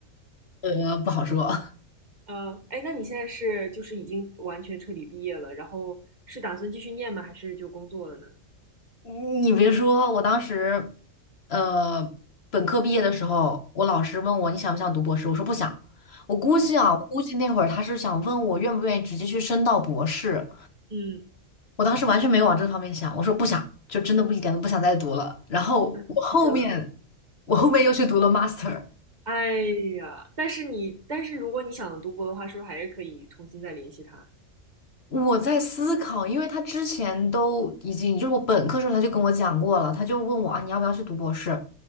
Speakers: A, on the left (about 50°); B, on the right (about 35°).
A: 呃不好说。
B: 呃，哎，那你现在是就是已经完全彻底毕业了，然后是打算继续念吗？还是就工作了呢？
A: 你别说，我当时，呃，本科毕业的时候，我老师问我你想不想读博士，我说不想。我估计啊，我估计那会儿他是想问我愿不愿意直接去升到博士。
B: 嗯，
A: 我当时完全没往这方面想，我说不想，就真的不一点都不想再读了。然后我后面，
B: 那拒绝了。
A: 我后面又去读了 master，
B: 哎呀，但是你，但是如果你想读博的话，是不是还是可以重新再联系他？
A: 我在思考，因为他之前都已经，就是我本科时候他就跟我讲过了，他就问我啊，你要不要去读博士？